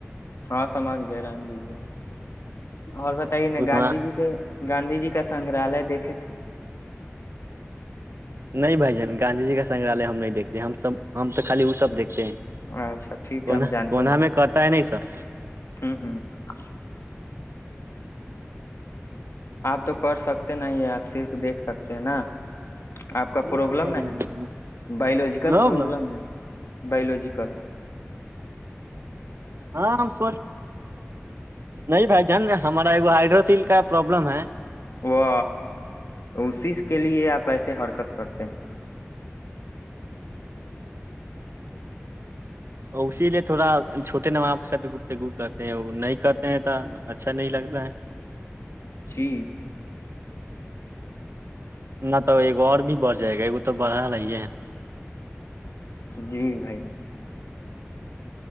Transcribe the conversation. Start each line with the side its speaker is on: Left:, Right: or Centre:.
Left: ہاں سمج گئے رن دیجے اور بتائیے نا
Right: اس
Left: گاندھی
Right: میں
Left: جی کے گاندھی جی کا سنگگررالیہ دیکھے تھے
Right: نہیں بھ جن گاندھی جی کا سنگگراہالیہ ہم نہیں دیکتے ہم سب ہم تو خالی وہ سب دیکھتے ہیں
Left: اچھا ٹھیک
Right: کونا
Left: ہے ہم جانتے
Right: کونا
Left: ہیں
Right: میں کرتا ہے نہیں سب
Left: ہوں ہ آپ تو کر سکتے ن ہے آپ صرف دیکھ سکتے ہیں نا آپ کا پروابلم
Right: ہاں بھائی
Left: نا
Right: جان
Left: ہے بایولوجیکل
Right: لو
Left: پرابلم
Right: لو
Left: ہے بی لوجیکل
Right: ہاں سو نہیں بھائی جان ہمارے ہائڈروسل کا پرابلم ہے
Left: وہ اسی کے لیے آپ ایسے حرکت کرتے ہیں
Right: اسی لیے تھوڑا چھوٹے نواب ساتھ گپتگو کرتے ہیں وہ نہیں کرتے ہیں تو اچھا نہیں لگتا ہے
Left: جی
Right: نہ تو ایک اور بھی بڑھ جائے گا ایک تو بڑھا لگ ہی ہے
Left: جی بھائی ج